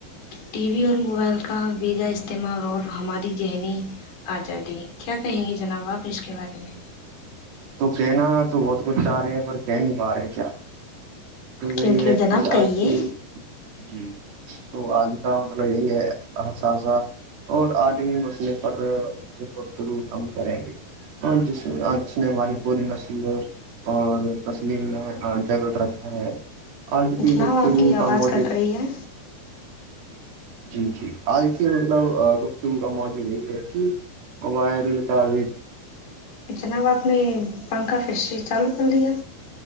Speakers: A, on the left; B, on the right.
A: ٹی وی اور موبائل کا بیجا استعمال اور ہماری ذہنی آزادی کیا کہیں گے جناب باپ اسش کے بارے میں
B: تو کہناا تو بہت بتارے ہیں پر کہیں با رہے کیا تو
A: کیوں
B: رہی
A: کیوں
B: ہے
A: جناب
B: کہ
A: کہیے
B: آج بھی جی تو آج کا مطلب یہی ہے اساذہ اور عالمی مسئلے پرفتلوط عم کریں گے اور جس ج نے ہماری پوری نسل اور تسلیم میں جگڑ رکھ ہ آج کی
A: جناب
B: وقت
A: آپ
B: کر
A: کی
B: کام
A: آواز
B: آتے
A: کٹ رہی ہے
B: جی ج آ دیکھیے مطلب گفتگو کا موجو یہی ہے کہ موبائل تعو
A: جناب آپ نے پنکھا ف شری چالو کر لیا